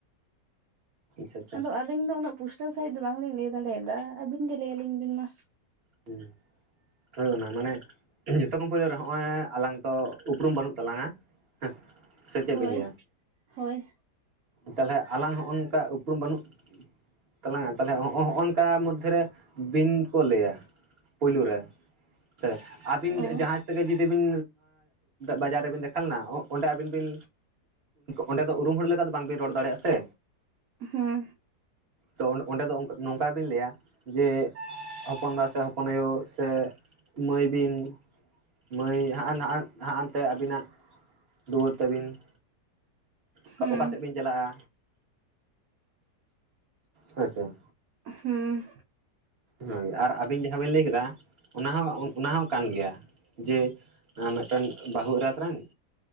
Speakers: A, on the right; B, on the right.
A: ᱟᱪᱪᱷᱟ ᱟᱪᱪᱷᱟ
B: ᱟᱫᱚ ᱟᱹᱞᱤᱧ ᱫᱚ ᱩᱱᱟᱹᱜ ᱯᱩᱥᱴᱟᱹᱣ ᱥᱟᱺᱦᱤᱡ ᱫᱚ ᱵᱟᱝ ᱞᱤᱧ ᱞᱟᱹᱭ ᱫᱟᱲᱮᱭᱟᱫᱟ ᱟᱹᱵᱤᱱ ᱜᱮ ᱞᱟᱹᱭ ᱟᱹᱞᱤᱧ ᱵᱤᱱ ᱢᱟᱼᱼ
A: ᱦᱮᱸ᱾ ᱦᱩᱭ ᱚᱱᱟ ᱢᱟᱱᱮ ᱡᱚᱛᱚ ᱠᱷᱚᱱ ᱯᱳᱭᱞᱳ ᱨᱮ ᱱᱚᱜᱼᱚᱭ ᱟᱞᱟᱝ ᱛᱚ ᱩᱯᱨᱩᱢ ᱵᱟᱹᱱᱩᱜ ᱛᱟᱞᱟᱝᱟᱼᱼ ᱦᱮᱸ ᱥᱮ, ᱥᱮ ᱪᱮᱫ
B: ᱦᱳᱭ
A: ᱵᱤᱱ ᱞᱟᱹᱭᱟᱼᱼ
B: ᱦᱳᱭ᱾
A: ᱛᱟᱦᱚᱞᱮ ᱟᱞᱟᱝ ᱱᱚᱜᱼᱱᱚᱝᱠᱟ ᱩᱯᱨᱩᱢ ᱵᱟᱹᱱᱩᱜ ᱛᱟᱞᱟᱝᱟ ᱛᱟᱦᱚᱞᱮ ᱱᱚᱜᱚᱭ ᱼᱼ ᱚᱠᱟ ᱢᱚᱫᱽᱫᱷᱮ ᱨᱮ ᱵᱤᱱ ᱠᱚ ᱞᱟᱹᱭᱟ ᱯᱩᱭᱞᱩ ᱨᱮᱼᱼ ᱥᱮ ᱟᱹᱵᱤᱱ
B: ᱚ
A: ᱡᱟᱦᱟᱸᱭᱼᱼ ᱚᱸᱰᱮ ᱜᱮ ᱡᱩᱫᱤ ᱵᱤᱱ ᱵᱟᱡᱟᱨ ᱨᱮ ᱵᱤᱱ ᱫᱮᱠᱷᱟᱣ ᱞᱮᱱᱟ ᱚᱸᱰᱮ ᱟᱵᱤᱱ ᱵᱤᱱ ᱚᱸᱰᱮ ᱟᱫᱚ ᱩᱨᱩᱢ ᱦᱚᱲ ᱞᱮᱠᱟ ᱫᱚ ᱵᱟᱝᱵᱤᱱ ᱨᱚᱲ ᱫᱟᱲᱮᱭᱟᱜᱼᱟ ᱥᱮ
B: ᱦᱩᱸ
A: ᱛᱚ ᱚᱸᱰᱮ ᱫᱚ ᱱᱚᱝᱠᱟ ᱜᱮ ᱵᱤᱱ ᱞᱟᱹᱭᱟ ᱡᱮ ᱦᱚᱯᱚᱱᱵᱟ ᱥᱮ ᱥᱮ ᱦᱚᱯᱚᱱ ᱟᱭᱚ ᱥᱮ ᱢᱟᱹᱭ ᱵᱤᱱ ᱢᱟᱹᱭ ᱦᱟᱜᱼᱟᱜ ᱱᱟᱦᱟᱜ ᱱᱟᱜ ᱟᱱᱛᱮ ᱟᱹᱵᱤᱱᱟᱜ ᱫᱩᱣᱟᱹᱨ ᱛᱟᱵᱤᱱ
B: ᱦᱮᱸ
A: ᱚᱠᱟ ᱚᱠᱟ ᱥᱮᱫ ᱵᱤᱱ ᱪᱟᱞᱟᱜᱼᱟ ᱦᱳᱭ ᱥᱮ
B: ᱦᱩᱸ
A: ᱦᱳᱭ ᱟᱨ ᱟᱹᱵᱤᱱ ᱡᱟᱦᱟᱸ ᱵᱤᱱ ᱞᱟᱹᱭ ᱠᱮᱫᱟ ᱚᱱᱟ ᱦᱚᱸ ᱚᱱᱟ ᱦᱚᱸ ᱠᱟᱱ ᱜᱮᱭᱟ ᱡᱮ ᱢᱤᱫ ᱴᱮᱱ ᱵᱟᱹᱦᱩ ᱮᱨᱟᱛ ᱨᱮᱱ